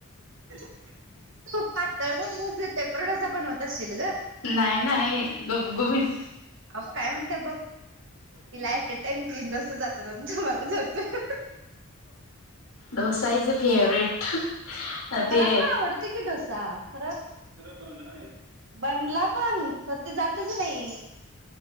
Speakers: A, on the right; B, on the left.
A: <inaudible> तू पातळ <unintelligible> पेपर डोसा बनवत असशील ग?
B: नाही, नाही. गुबगुबीत.
A: अ <unintelligible> काय म्हणत्या, बघ? तिला ऍट अ टाइम तीन डोस जाते मनं. <unintelligible> तू <unintelligible>
B: डोसा इज अ फेवरेट. <unintelligible> ते
A: मला तर आवडत की डोसा. खरं. खरं. <unintelligible> बनला पण. खर तर जातच नाही.